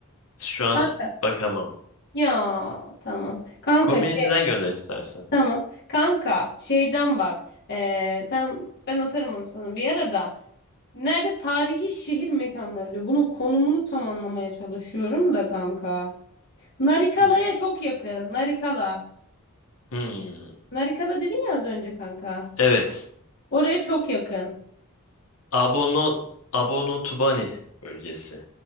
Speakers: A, on the left (about 70°); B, on the left (about 50°).
A: Şu an
B: Kan-
A: bakamam.
B: Ya tamam. Kanka
A: Community'den
B: şey
A: gönder istersen.
B: tamam. Kanka şeyden bak. Ee, sen ben atarım onu sana bir ara da. Nerede tarihi şehir mekanları diyor. Bunun konumunu tam anlamaya çalışıyorum da kanka. Narikala'ya
A: Hmm.
B: çok yakın. Narikala.
A: Hmm.
B: Narikala dedin ya az önce kanka.
A: Evet.
B: Oraya çok yakın.
A: Abono Abono Tubani bölgesi.